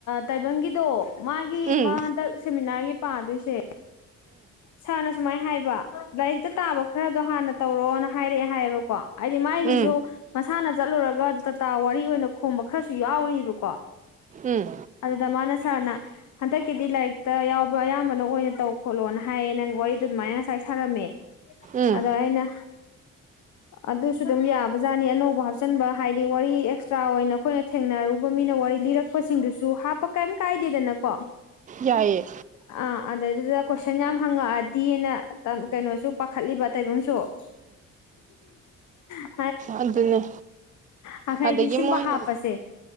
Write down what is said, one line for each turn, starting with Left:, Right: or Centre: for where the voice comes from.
Left: ꯇꯥꯏꯕꯪꯒꯤꯗꯣ ꯃꯥꯒꯤ
Right: ꯎꯝ
Left: ꯃꯥ ꯍꯟꯗꯛ ꯁꯦꯃꯤꯅꯥꯔꯒꯤ ꯄ ꯑꯗꯨ ꯁꯦ ꯁꯥꯔꯅ ꯁꯨꯃꯥꯏꯅ ꯍꯥꯏꯕ ꯏꯗ ꯇꯥꯕ ꯈꯔꯗꯣ ꯍꯥꯟꯅ ꯇꯧꯔꯛꯑꯣꯅ ꯍꯥꯏꯔꯛꯑꯦ ꯍꯥꯏꯌꯦꯕꯀꯣ ꯍꯥꯏꯗꯤ ꯃꯥꯏꯁꯤꯁꯨ
Right: ꯎꯝ
Left: ꯃꯁꯥꯅ ꯆꯠꯂꯨꯔꯒ ꯇꯥ ꯋꯥꯔꯤ ꯑꯣꯏꯅ ꯈꯣꯝꯕ ꯈꯔꯁꯨ ꯌꯥꯎꯔꯤꯕꯔꯤꯕꯀꯣ
Right: ꯎꯝ ꯎꯝ
Left: ꯑꯗꯨꯗꯗꯃꯅꯁꯔ ꯅ ꯍꯟꯗꯛꯀꯤꯗꯤ ꯂꯥꯏꯔꯤꯛꯇ ꯌꯥꯎꯕ ꯑꯌꯥꯝꯕꯅ ꯑꯣꯏꯅ ꯇꯧ ꯈꯣꯠꯂꯣꯅ ꯍꯥꯏꯌꯦ ꯅꯪ ꯋꯥꯔꯤꯗꯨ ꯑꯗꯨꯃꯥꯏꯅ ꯉꯁꯥꯏ ꯁꯥꯔꯝꯃꯦ
Right: ꯎꯝ
Left: ꯑꯗ ꯑꯥꯏꯅ ꯑꯗꯨ ꯑꯗꯨꯁꯨ ꯑꯗꯨꯝ ꯌꯥꯕꯖꯥꯠꯅꯤ ꯑꯅꯧꯕ ꯍꯥꯞꯆꯤꯟꯕ ꯍꯥꯏꯗꯤ ꯋꯥꯔꯤ ꯑꯦꯛꯁꯇ꯭ꯔꯥ ꯑꯣꯏꯅ ꯑꯩꯈꯣꯏꯅ ꯊꯦꯡꯅꯔꯨꯕ ꯃꯤꯅ ꯋꯥꯔꯤ ꯂꯤꯔꯛꯄꯁꯤꯡꯗꯨꯁꯨ ꯍꯥꯞꯄ ꯀꯔꯤꯝ ꯀꯥꯏꯗꯦꯗꯅꯀꯣ
Right: ꯌꯥꯏꯌꯦ
Left: ꯑꯥ ꯑꯗꯨꯗꯩꯗꯨꯗ ꯀꯣꯏꯁꯟ ꯌꯥꯝ ꯍꯪꯉꯛꯑꯗꯤꯅ ꯀꯩꯅꯣꯁꯨ ꯈꯠꯂꯤꯕ ꯇꯥꯏꯕꯪꯁꯨ ꯎꯝ
Right: ꯑꯗꯨ ꯑꯗꯨꯅꯦ
Left: ꯑꯈꯩꯗꯤ
Right: ꯑꯗꯒꯤ
Left: ꯁꯤꯝꯕ
Right: ꯃꯅ
Left: ꯍꯥꯞꯄꯁꯦ